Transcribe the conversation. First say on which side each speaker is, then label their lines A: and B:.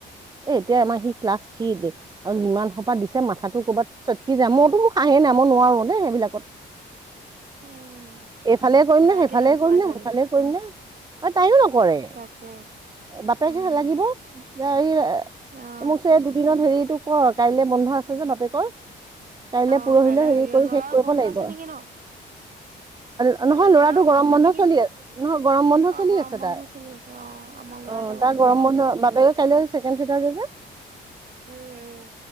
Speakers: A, on the right; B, on the right.
A: এ, এতিয়া আমাৰ সি ক্লাছ থ্ৰীতে আৰু যিমান সোপা দিছে, মাথাটো কৰবাত চটকি যাই মই বোলো মোৰ সাহে নাই মই নোৱাৰো দেই সেইবিলাকত।
B: উম
A: এইফালে কৰিম
B: বায়েকে
A: নে সেইফালে
B: হেল্প
A: কৰিম
B: কৰে
A: নে?
B: চাগে
A: সেইফালে কৰিম নে? আৰু তাইও নকৰে।
B: তাকে
A: বাপেকে
B: উম
A: সলাগিব এই
B: অ
A: কৈছে দুদিনত হেৰিটো কৰ কাইলে বন্ধ আছে যে, বাপেকৰ। কাইলে,
B: অ
A: পৰহিলৈ
B: কাইলৈ
A: হেৰি কৰি
B: ল'ৰাৰ
A: শেষ কৰিব
B: বন্ধ
A: লাগিব
B: আছে
A: আ
B: নেকি ন
A: নহয়,
B: কাইলৈ
A: ল'ৰাটো
B: ল'ৰাৰো
A: গৰম বন্ধ
B: নেকি
A: চলি
B: স্কুল
A: আছে নহয় গৰম বন্ধ
B: অ
A: চলি
B: গৰম
A: আছে
B: বন্ধ
A: তাৰ। অ,
B: চলি আছে আমাৰ ল'ৰা এটা
A: তাৰ গৰম বন্ধ
B: স্কুল
A: বাপেকৰ কাইলে ছেকেণ্ড চেটাৰডে যে,
B: উম